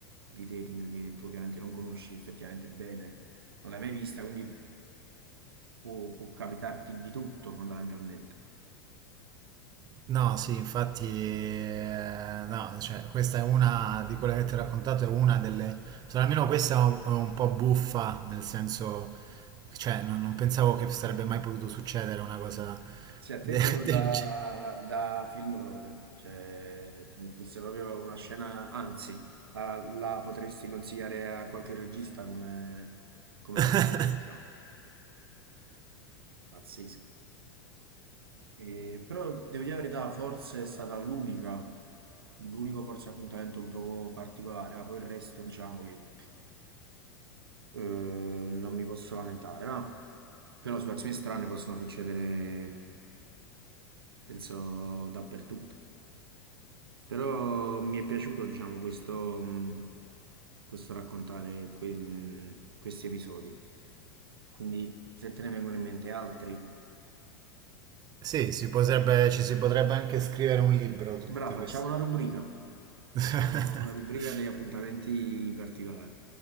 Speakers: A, on the right (about 75°); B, on the right (about 30°).
A: di dating che tu ovviamente non conosci effettivamente bene, non l'hai mai vista, quindi può, può capitarti di tutto fondamentalmente.
B: No, sì, infatti, eh, no, cioè, questa è una di quelle che ti ho raccontato, è una delle, solo almeno questa è un, è un po' buffa, nel senso, cioè, non, non pensavo che sarebbe mai potuto succedere una cosa
A: Sì, a te
B: de-
A: proprio
B: <laughs> del
A: da,
B: genere.
A: da film proprio, cioè come fosse proprio una scena, anzi, la, la potresti consigliare a qualche regista come, come spunto,
B: <laughs>
A: diciamo, pazzesco. E- però devo dire la verità, forse è stata l'unica, l'unico forse appuntamento un poco particolare, ma poi il resto diciamo che eh, non mi posso lamentare, ma però situazioni strane possono succedere penso dappertutto. Però mi è piaciuto, diciamo, questo, mh, questo raccontare que- mm, questi episodi. Quindi, se te ne vengono in mente altri,
B: Sì, si potrebbe- ci si potrebbe anche scrivere un libro su
A: bravo,
B: tutte queste.
A: facciamo una rubrica. Facciamo
B: <laughs>
A: una rubrica degli appuntamenti particolari.